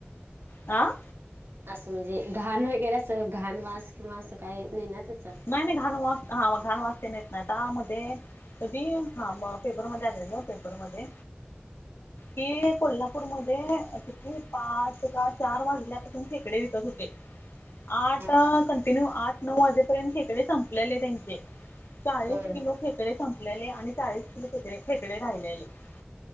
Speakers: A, on the left; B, on the right.
A: आं!
B: असं म्हणजे घाण वगैरे अस, घाण वास किंवा असं काही येत नाही ना त्याच
A: नाही, नाही घाण वास हां मग घाण वाचते नाहीेत नाही, आतामध्ये कधी हां मग फेब्रुवारी मध्ये आणलेलं. पेपर मध्ये ती कोल्हापूरमध्ये किती पाच, का चार वाजल्यापासून खेकडे विकत होते. आठ,
B: हा
A: कंटिन्यू आठ नऊ, वाजेपर्यंत खेकडे संपलेले त्यांचे, चाळीस
B: होय.
A: किलो खेकडे संपल्याले, आणि चाळीस किलो खेकडे राहिलेले. <unintelligible>